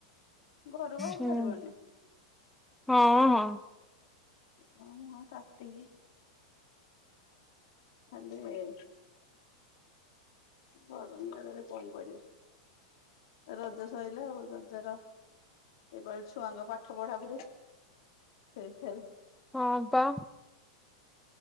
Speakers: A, on the left; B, in the centre.
A: ଘରୁ ବାହାରି
B: ହୁଁ।
A: ପାରିବନି।
B: ହଁ ହଁ,
A: ମୋ ମୁଁହଁ ତାତିକି ନ <inaudible> ଗରମ ଜାଗାରେ କଣ କରିବ ରଜ ସରିଲା ଆଉ ରଜ ର ଏ କ ଛୁଆଙ୍କ ପାଠ ପଢା ପଢି ସେଇଠାରେ
B: ହଁପା,